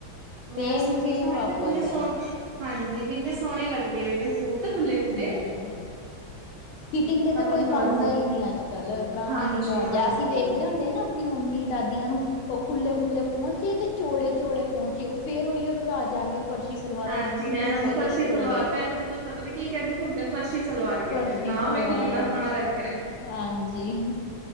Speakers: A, on the right; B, on the left.
A: ਮੈਂ
B: ਸੇਮ
A: ਉਸਨੂੰ ਵੇਖੇਆ
B: ਸੇਮ
A: ਮੈਂ
B: ਵਾਪਸ
A: ਕਿਆ ਤਿੰਨੇ
B: ਹੈ
A: ਸੌ ਹਾਂਜੀ ਵੀ ਇੰਨੇ ਸੋਨੇ ਲੱਗਦੇ ਵੇ ਨੇ ਸੂਟ ਖੁੱਲੇ-ਖੁੱਲੇ
B: ਹੂੰ ਫਿਟਿੰਗ ਤੇ ਤਾਂ ਕੋਈ
A: ਰਿਵਾਜ
B: ਪਾਂਦਾ
A: ਜੀ
B: ਈ ਨਈ ਅੱਜ-ਕੱਲ ਪੁਰਾਨਾ
A: ਹਾਂਜੀ
B: ਈ ਰਿਵਾਜ
A: ਹਾਂਜੀ
B: ਐ ਅਸੀਂ ਵੇਖਦੇ ਹੁੰਦੇ ਆਂ ਨਾ- ਆਪਨੀ ਮੰਮੀ ਦਾਦੀਆਂ ਨੂੰ। ਓ ਖੁੱਲੇ-ਖੁੱਲੇ ਪੋਂਚੇ ਤੇ ਚੋੜੇ-ਚੋੜੇ ਪੋਂਚੇ ਓ ਫੇਰ ਓਈਓ ਰਵਾਜ ਆ ਗੇਆ। ਫਰਸ਼ੀ ਸਲਵਾਰਾਂ
A: ਹਾਂਜੀ
B: ਦੇ ਖੁੱਲੇ
A: ਹਾਂ ਇਹਨਾਂ ਨੂੰ
B: ਪੋਂਚੇ
A: ਫਰਸ਼ੀ
B: ਨੇ ਚੌੜੇ,
A: ਸਲਵਾਰ ਪਹਿਲੇ ਤਾਂ ਕੁੱਝ ਪਤਾ ਨੀ ਕੀ ਕਹਿੰਦੇ ਸੀ ਹੁਣ ਤੇ ਫਰਸ਼ੀ ਸਲਵਾਰ ਕਹਿੰਦੇ
B: ਫਰਸ਼ੀ
A: ਨੇ ਨਾ
B: ਸਲਵਾਰ,
A: ਵੇਖੋ ਕਿੰਨਾ ਸੋਹਣਾ ਰੱਖਿਆ
B: ਹਾਂਜੀ।